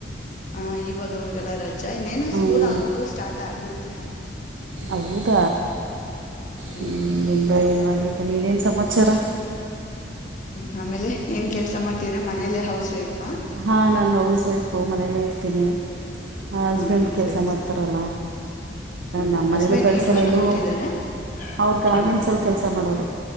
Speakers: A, on the left (about 45°); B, on the right (about 80°).
A: ಹಾ ಇವಾಗ ಅವ್ರಿಗೆಲ್ಲ ರಜಾ ಇನ್ನೇನು
B: ಹ್ಞೂ
A: ಸ್ಕೂಲ್ ಅವ್ರಿಗು ಸ್ಟಾರ್ಟ್ ಆಗುತ್ತ ತೆ
B: ಅಬೂದ
A: ಹ್ಮ್
B: ಹ್ ನಿಂಗಯ್ಯ ಮಾಡಿದ್ದ ನೀನೇನ್ ಸಮಾಚಾರ
A: ಹಂ ಆಮೇಲೆ ಏನ್ ಕೆಲಸ ಮಾಡುತ್ತಿದ್ದರಾ ಮನೇಲೆೇ ಹೌಸ್ ವೈಫ್
B: ಹಾ ನಾನ್ ಹೌಸ್ ವೈಫು ಮನೇಲಿ ಇದನೆಯ ಹಸ್ಬೆಂಡ್
A: ಹಾ ಹಾ
B: ಕೆಲಸ
A: ಸರಿ
B: ಮಾಡ್ತಾರಲ್ಲ
A: ಸರಿ ಹ್ಮ್
B: ನಮ್ಮನೆಯಲ್ಲೂ
A: ಹಸ್ಬೆಂಡ್
B: ಕಳ್ಸಲ್ಲ
A: ಏನ್ ವರ್ಕ್
B: ಎಲ್ಲೂ
A: ಮಾಡ್ತಿದ್ದಾರೆ
B: ಅವರು ಗಾರ್ಮೆಂಟ್ಸ್ಲ್ಲಿ
A: ಹ್ಮ್
B: ಕೆಲಸ ಮಾಡೋದು